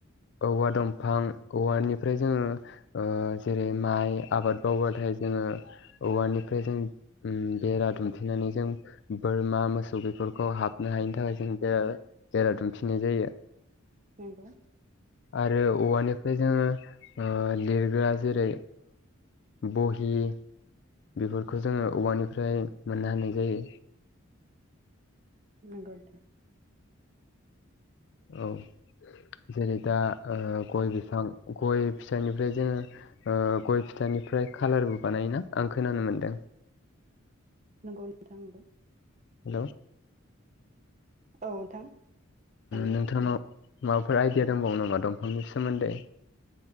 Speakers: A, on the left; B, on the right.
A: औवा दंफां औवानिफ्राय जोङो जेरै माइ आबाद मावाथाय। जो औवफ्राय जों बेरा दुमफनानै जों बोरमा मोसौ बेफोरखौ हाबनो हायनि थाखाय जों जेरा दुमफिननाय जायो।
B: नंगौ
A: आरो औवानिफ्राय जोङो लिरग्रा जेरै बहि बेफोरखौ जोङो औवानिफ्राय मोननो होनाय जायो।
B: मगलथा
A: औ जेरै दा गय बिफां गय फिथाइनिफ्राय जोङो गय फिथाइनिफ्राय खालारबो बानायोना आं खोनानो मोन्दों।
B: नंगौ नोंथां नंगौ
A: हेल' औ।
B: औ नोंथां। हायो
A: नोंथांनाव माबाफोर आइडिया दंबावो नामा दंफांनि सोमोन्दै।